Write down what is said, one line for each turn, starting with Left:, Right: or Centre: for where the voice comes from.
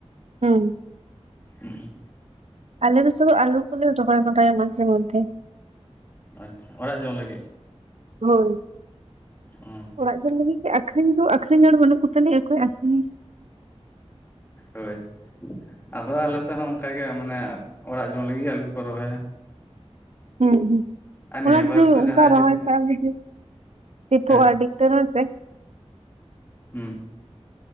Right: ᱦᱩᱸ᱾
Left: ᱦᱩᱸ᱾
Right: ᱟᱞᱮ ᱫᱚ ᱥᱩᱫᱩ ᱟᱞᱩ ᱠᱚᱞᱮ ᱨᱚᱦᱚᱭ ᱵᱟᱲᱟᱭᱟ ᱢᱟᱡᱷᱮ ᱢᱚᱫᱽᱫᱷᱮ᱾
Left: ᱟᱪᱪᱷᱟ ᱚᱲᱟᱜ ᱡᱚᱢ ᱞᱟᱹᱜᱤᱫ?
Right: ᱦᱳᱭ᱾
Left: ᱚᱸ᱾
Right: ᱚᱲᱟᱜ ᱡᱚᱢ ᱞᱟᱹᱜᱤᱫ ᱜᱮ, ᱟᱠᱷᱨᱤᱧ ᱫᱚ ᱟᱠᱷᱨᱤᱧ ᱦᱚᱲ ᱵᱟᱹᱱᱩᱜ ᱠᱚᱛᱟᱞᱮ ᱚᱠᱚᱭ ᱟᱠᱷᱨᱤᱧᱟ?
Left: ᱦᱳᱭ᱾ ᱟᱫᱚ ᱟᱞᱮ ᱥᱮᱫ ᱦᱚᱸ ᱚᱱᱠᱟᱜᱮ ᱢᱟᱱᱮ ᱚᱲᱟᱜ ᱡᱚᱢ ᱞᱟᱹᱜᱤᱫ ᱜᱮ ᱟᱞᱩ ᱠᱚᱠᱚ ᱨᱚᱦᱚᱭᱟ᱾
Right: ᱦᱩᱸ ᱦᱩᱸ
Left: ᱟᱨ ᱱᱤᱭᱟᱹ
Right: ᱚᱱᱟ ᱡᱩᱫᱤ
Left: ᱵᱟᱨ ᱛᱚ
Right: ᱚᱱᱠᱟ
Left: ᱡᱟᱦᱟᱸᱭ
Right: ᱨᱚᱦᱚᱭ
Left: ᱡᱩᱫᱤ
Right: ᱠᱟᱜ-ᱟᱞᱮ ᱡᱩᱫᱤ᱾ ᱥᱮᱯᱚᱜ
Left: ᱦᱮᱸ
Right: ᱟ ᱟᱹᱰᱤ ᱩᱛᱟᱹᱨ ᱦᱳᱭ ᱥᱮ᱾
Left: ᱦᱩᱸ᱾